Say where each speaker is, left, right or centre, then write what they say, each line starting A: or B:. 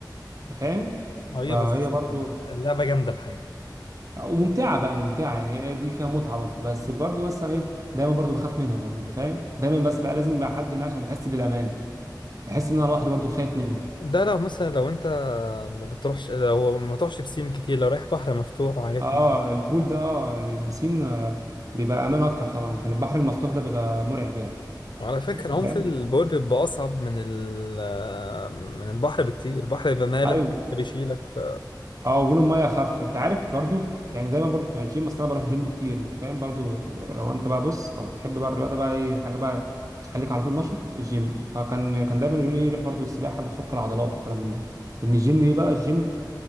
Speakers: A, on the right (about 45°); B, on the left (about 85°).
A: انت فاهم
B: ايوه
A: فهي
B: بس
A: برضو
B: اللعبه جامده الحقيقه
A: وممتعه بقى ممتعه يعني هي دي فيها متعه برضو بس برضو بس انا ايه دايما برضو بخاف منها برضو انت فاهم دايما بس بقى لازم يبقى حد معايا عشان بحس بالامان بحس ان انا لوحدي برضو خايف منها
B: ده لو مثلا لو انت ما بتروحش لو ما تروحش بسين كتير لو رايح بحر مفتوح وحاجات
A: اه
B: من دي
A: البول ده اه يعني البسين آه بيبقى امان اكتر طبعا لكن البحر المفتوح ده بيبقى مرعب يعني
B: وعلى فكره
A: أنت
B: عمق
A: فاهم
B: البورد بيبقى اصعب من ال من البحر بكتير البحر بيبقى مالح
A: ايوه
B: بيشيلك ف
A: اه وبيقولوا الميه اخف انت عارف برضو يعني دايما برضو بتوع الجيم اصل انا بروح جيم كتير انت فاهم برضو لو انت بقى بص لو بتحب بقى الرياضه بقى ايه حاجه بقى تخليك على طول نشط الجيم فكان كان دايما يقولوا لي روح برضو السباحه بتفك العضلات وكلام من ده لان الجيم ايه بقى الجيم